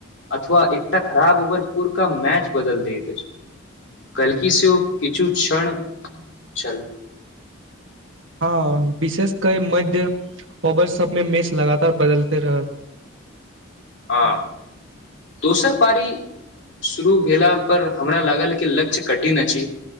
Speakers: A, on the left (about 55°); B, on the right (about 65°).
A: अथवा एकटा खराब ओवर पूरका मैच बदलि दैत अछि। काल्हिकी सेहो किछु क्षण छल
B: हँ विशेष कए मध्य ओवर सभमे मैच लगातार बदलिते रहल
A: हँ दोसर पारी शुरू भेला पर हमरा लागल कि लक्ष्य कठिन अछि